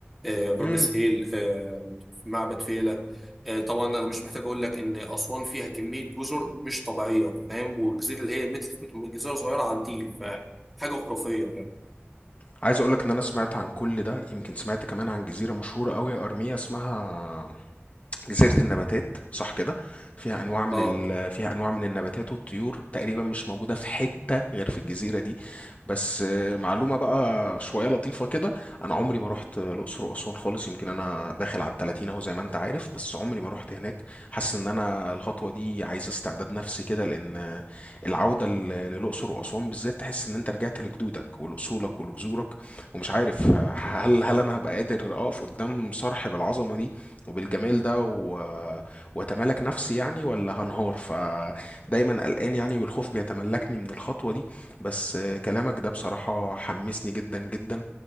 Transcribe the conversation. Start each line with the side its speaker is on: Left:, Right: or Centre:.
Centre: آه، غرب
Left: مهم.
Centre: سهيل آه، معبد فيلة آه، طبعا انا مش محتاج اقول لك ان اسوان فيها كمية جزر مش طبيعية فاهم والجزيرة اللي هي متر في متر جزيرة صغيرة على النيل فحاجة خرافية يعني
Left: عايز أقولك إن أنا سمعت عن كل ده يمكن سمعت كمان عن جزيرة مشهورة أوي يا أرميا اسمها جزيرة النباتات صح كده فيها انواع من
Centre: اه
Left: ال... فيها انواع من النباتات والطيور تقريبا مش موجودة في حتة غير في الجزيرة دي بس آه، معلومة بقى شوية لطيفة كده انا عمري ما رحت الاقصر واسوان خالص يمكن انا داخل على التلاتين اهو زي ما انت عارف بس عمري ما رحت هناك حاسس ان انا الخطوة دي عايزة استعداد نفسي كده لان العودة ل- للأقصر وأسوان بالذات تحس إن أنت رجعت لجدودك ولأصولك ولجذورك ومش عارف <laughs> ه- هل هل أنا هبقى قادر أقف قدام صرح بالعظمة دي وبالجمال ده و- وأتمالك نفسي يعني ولا هنهار فدايما قلقان يعني والخوف بيتملكني من الخطوة دي بس آه، كلامك ده بصراحة حمسني جدا جدا